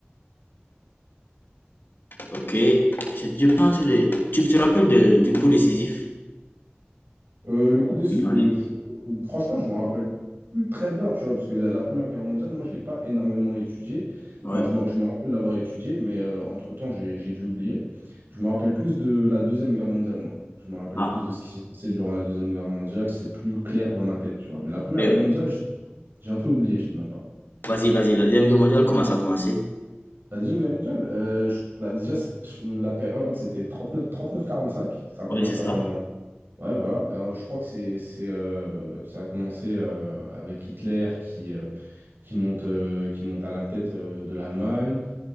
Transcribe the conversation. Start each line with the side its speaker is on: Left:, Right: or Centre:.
Left: Ok, je, je pense le. Tu te rappelles de- du coup décisif
Right: Euh, le coup d'essai,
Left: du match?
Right: euh, franchement, je me rappelle plus très bien, tu vois, parce que la, la Première Guerre mondiale, moi, je ne l'ai pas énormément étudiée.
Left: Ouais.
Right: Enfin, je me, je me rappelle l'avoir étudiée, mais euh, entre-temps, j'ai, j'ai dû oublier. Je me rappelle plus de la Deuxième Guerre mondiale, moi. Je me rappelle
Left: Ah,
Right: plus de ce qui s'est passé durant la Deuxième Guerre mondiale. C'est plus clair dans ma tête, tu vois. Mais la Première
Left: mais
Right: Guerre
Left: ouais.
Right: mondiale, je- j'ai un peu oublié, je te mens pas.
Left: vas-y, vas-y. La Deuxième Guerre mondiale, comment ça a commencé?
Right: La Deuxième Guerre mondiale, euh, je- bah, déjà, c'est- la période, c'était trente-neuf, trente-neuf quarante-cinq. Ça a commencé
Left: Oui, c'est ça.
Right: en Ouais, voilà. Euh, je crois que c'est, c'est, euh, ça a commencé euh, avec Hitler qui, euh, qui monte, euh, qui monte à la tête euh, de l'Allemagne